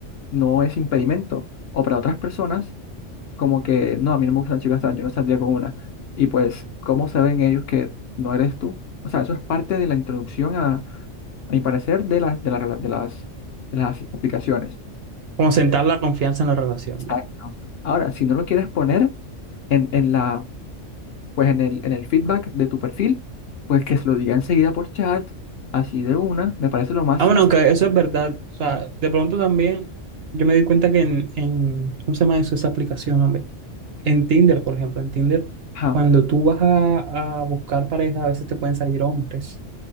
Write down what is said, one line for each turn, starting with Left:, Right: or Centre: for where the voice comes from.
Left: no es impedimento. O para otras personas, como que, no, a mí no me gustan chicas trans, yo no saldría con una. Y pues, ¿cómo saben ellos que no eres tú? O sea, eso es parte de la introducción a, a mi parecer, de las, de las, rela- de las, de las aplicaciones.
Right: Como sentar la confianza en la relación,
Left: Exacto.
Right: ya.
Left: Ahora, si no lo quieres poner en, en la pues en el, en el feedback de tu perfil, pues que se lo diga enseguida por chat, así de una, me parece lo más
Right: Ah,
Left: sencillo.
Right: bueno, aunque eso es verdad. O sea, de pronto también yo me di cuenta que en, en ¿cómo se llama eso, esa aplicación, hombre? En Tinder, por ejemplo, en Tinder,
Left: Ajá,
Right: cuando tú vas a, a buscar pareja, a veces te pueden salir hombres.